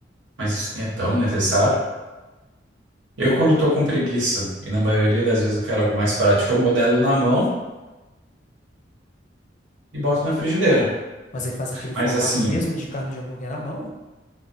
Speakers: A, on the right; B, on the left.
A: mas isso nem é tão necessário. Eu quando tô com preguiça, e na maioria das vezes eu quero algo mais prático, eu modelo na mão e boto na frigideira.
B: Mas aí faz aquele formato
A: Mas assim,
B: mesmo de carne de hambúrguer na mão?